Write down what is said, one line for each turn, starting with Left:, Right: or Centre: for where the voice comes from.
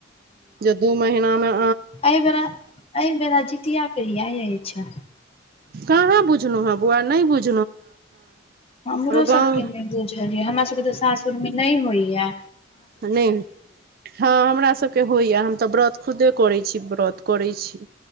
Right: जै दू महिनामे
Left: ऐ बेरा ऐ बेरा जितिया कहिया अछि
Right: कहाँ बुझलउ ह बुआ नइ बुझ
Left: हमरो
Right: गाँव
Left: सबके नय बुझल य हमरा सबके त सासुरमे नइ होइ ऐ
Right: नय हँ हमरा सबके होइया हम त व्रत खुदे करै छी व्रत करै छी